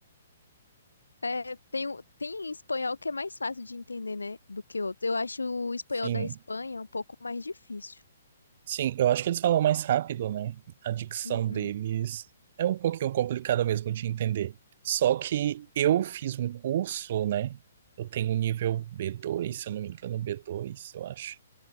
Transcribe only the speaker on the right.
Sim.
Sim, eu acho que eles falam mais rápido, né? A dicção
deles é um pouquinho complicada mesmo de entender. Só que eu fiz um curso, né? Eu tenho um nível b dois se eu não me engano, b dois eu acho,